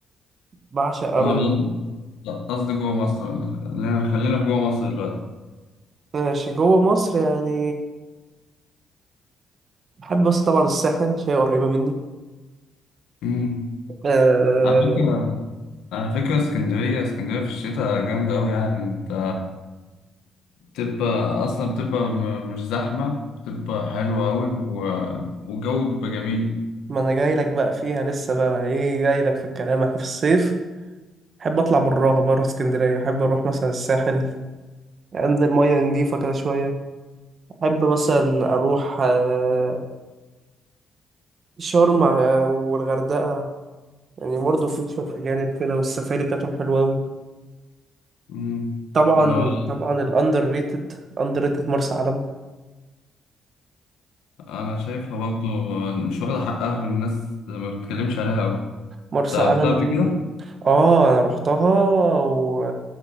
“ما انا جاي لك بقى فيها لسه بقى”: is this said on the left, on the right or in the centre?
Right